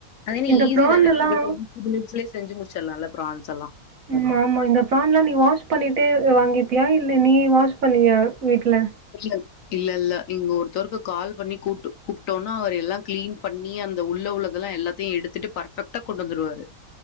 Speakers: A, on the left; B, on the right.
A: அது என்ன
B: இந்த
A: ஈஸி
B: ப்ரான்லலாம்
A: தானே நம்ம மினிட்ஸ்லே செஞ்சு முடிச்சுடலால்ல ப்ரான்ஸ் எல்லா
B: ஆமா ஆமா இந்த ப்ரான்லா நீ வாஷ் பண்ணிட்டே வாங்கிப்பியா இல்ல நீ வாஷ் பண்ணுவியா வீட்ல
A: இல்ல இல்ல இல்ல இங்க ஒருத்தருக்கு கால் பண்ணி கூப்ட் கூப்ட்டோன்னா அவர் எல்லா கிளீன் பண்ணி அந்த உள்ளே உள்ளதெல்லா எல்லா த்தையு எடுத்துட்டு பர்ஃபெக்ட்டா கொண்டு வந்துருவாரு